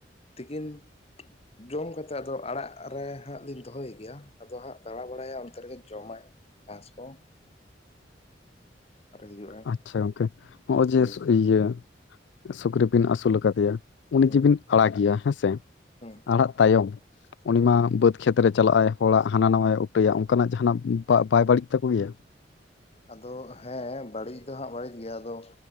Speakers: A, on the left (about 35°); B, on the left (about 75°).
A: ᱛᱤᱠᱤᱱ ᱡᱚᱢ ᱠᱟᱛᱮᱫ ᱟᱫᱚ ᱟᱲᱟᱜ ᱨᱮ ᱦᱟᱜ ᱞᱤᱧ ᱫᱚᱦᱚ ᱜᱮᱭᱟ ᱟᱫᱚ ᱦᱟᱜ ᱫᱟᱬᱟ ᱵᱟᱲᱟᱭᱟ ᱚᱱᱛᱮ ᱨᱮᱜᱮ ᱡᱚᱢᱟᱭ <inaudible> ᱪᱟᱥ ᱠᱚ ᱟᱨ ᱦᱤᱡᱩᱜᱼᱟ
B: ᱟᱪᱷᱟ ᱜᱚᱝᱠᱮ ᱱᱚᱜᱼᱚᱭ ᱡᱮ
A: ᱦᱳᱭ
B: ᱥᱩᱠ ᱤᱭᱟᱹ ᱥᱩᱠᱨᱤ ᱵᱤᱱ ᱟᱹᱥᱩᱞ ᱟᱠᱟᱫᱮᱭᱟ ᱩᱱᱤ
A: ᱦᱩᱸ
B: ᱡᱤᱵᱤᱱ ᱟᱲᱟᱜᱮᱭᱟ ᱦᱮᱸ ᱥᱮ
A: ᱦᱩᱸ
B: ᱟᱲᱟᱜ ᱛᱟᱭᱚᱢ ᱩᱱᱤ
A: ᱦᱩᱸ
B: ᱢᱟ ᱵᱟᱹᱫᱽ ᱠᱷᱮᱛ ᱨᱮ ᱪᱟᱞᱟᱜ-ᱟᱭ ᱦᱚᱲᱟᱜ ᱦᱟᱱᱟ ᱱᱟᱣᱟᱭ ᱩᱴᱟᱹᱭᱟ ᱚᱱᱠᱟᱱ ᱟᱜ ᱡᱟᱦᱟᱱᱟᱜ ᱵᱟᱭ ᱵᱟᱹᱲᱤᱡ ᱛᱟᱠᱚ ᱜᱮᱭᱟ
A: ᱟᱫᱚ ᱦᱮᱸ ᱵᱟᱹᱲᱤᱡ ᱫᱚ ᱦᱟᱜ ᱵᱟᱹᱲᱤᱡ ᱜᱮᱭᱟ ᱟᱫᱚ